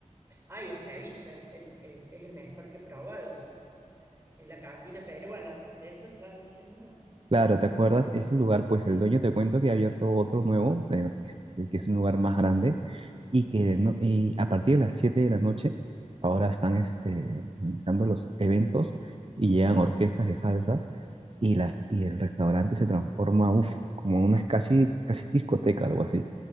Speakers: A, on the right; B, on the right.
A: Ay, el ceviche, el- el- es el mejor que he probado en la cantina peruana, ¿de eso estabas diciendo?
B: Claro, ¿te acuerdas?
A: De-
B: Ese
A: eh,
B: lugar, pues
A: sí.
B: el dueño te cuento que ha abierto otro nuevo, eh, este, que es un lugar más grande y que
A: sí.
B: no- y a partir de las 7 de la noche ahora están este, organizando los eventos y llegan orquestas de salsa y, la, y el restaurante se transforma, uff, como una casi, casi discoteca, algo así.